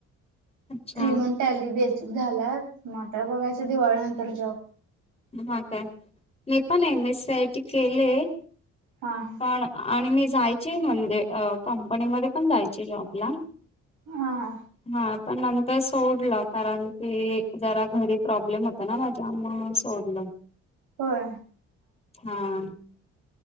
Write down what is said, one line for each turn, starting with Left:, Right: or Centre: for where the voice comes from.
Left: अच्छा
Right: थ्री मंथ आली बेसिक झालात म आता बघायचं दिवाळीनंतर जॉब.
Left: ह काय मी पण M, S, C, I, T केलेय.
Right: हा हा.
Left: पण आणि मी जायचे म्हणजे कंपनीमध्ये पण जायचे जॉबला.
Right: हा हा.
Left: हा पण नंतर सोडला कारण की जरा घरी प्रॉब्लेम होत ना माझ्या आ सोडल
Right: होय
Left: हा..